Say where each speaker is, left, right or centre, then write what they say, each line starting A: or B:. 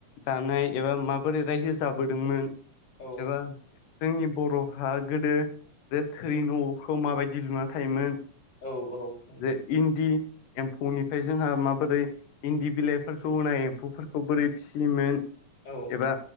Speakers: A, on the left; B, on the left.
A: जानाय एबा माबोरै रायजो जाबोदोंमोन
B: औ
A: एबा जोंनि बर'हा गोदो जे थोरि न'खौ माबायदि लुना थायोमोन
B: औ औ नंगौ
A: जे इन्दि एम्फौनिफ्राय जोंहा माबोरै इन्दि बिलाइफोरखौ होनाय एम्फौफोरखौ बोरै फिसियोमोन
B: औ
A: एबा